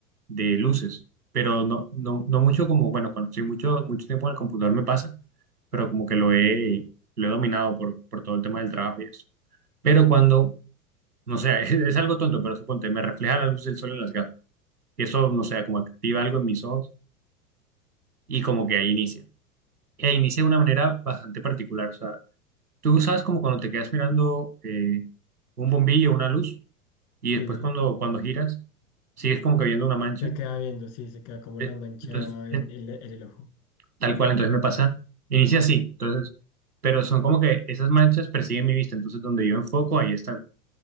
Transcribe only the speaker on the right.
de luces, pero no, no, no mucho como, bueno, cuando estoy mucho, mucho tiempo en el computador me pasa, pero como que lo he, lo he dominado por, por todo el tema del trabajo y eso. Pero cuando, no sé, <laughs> es, es algo tonto, pero suponte, me refleja la luz del sol en las gafas y eso, no sé, como activa algo en mis ojos y como que ahí inicia. E inicia de una manera bastante particular, o sea, Tú sabes como cuando te quedas mirando eh, un bombillo, una luz, y
después cuando, cuando giras, sigues como que viendo una mancha.
Eh,
Entonces, eh,
tal cual, entonces me pasa, inicia así, entonces, pero son como que esas manchas persiguen mi vista, entonces donde yo enfoco, ahí están,